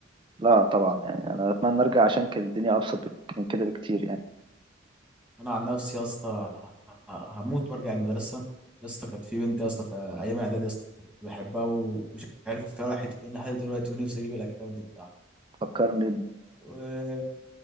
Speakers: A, on the right (about 25°); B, in the centre.
A: لا طبعا يعني انا اتمنى ارجع عشان كانت الدنيا ابسط بك- من كده بكتير يعني
B: انا عن نفسي يا اسطى هموت وارجع المدرسه يا اسطى كانت في بنت يا اسطى في ايام اعدادي يا اسطى كنت بحبها ومش عارف هي راحت فين لحد دلوقتي ونفسي اجيب الاكونت بتاعها
A: فكرني
B: وانت